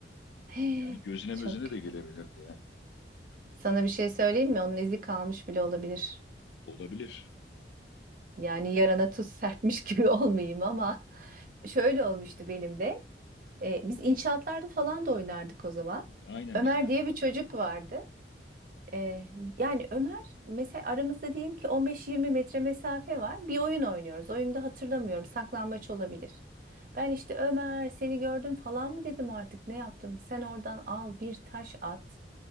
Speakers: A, on the right; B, on the left.
A: <gasps> Hii,
B: Yani gözüne
A: çok
B: mözüne
A: kötü.
B: de gelebilirdi ya.
A: Sana bir şey söyleyeyim mi? Onun izi kalmış bile olabilir.
B: Olabilir.
A: Yani yarana tuz serpmiş <laughs> gibi olmayayım ama <laughs> şöyle olmuştu benim de. Ee, biz inşaatlarda falan da oynardık o zaman.
B: Aynen
A: Ömer
B: biz de.
A: diye bir çocuk vardı. Ee, yani Ömer mesela aramızda diyelim ki 15-20 metre mesafe var. Bir oyun oynuyoruz. Oyunda hatırlamıyorum. Saklambaç olabilir. Ben işte Ömer seni gördüm falan mı dedim artık ne yaptım? Sen oradan al bir taş at.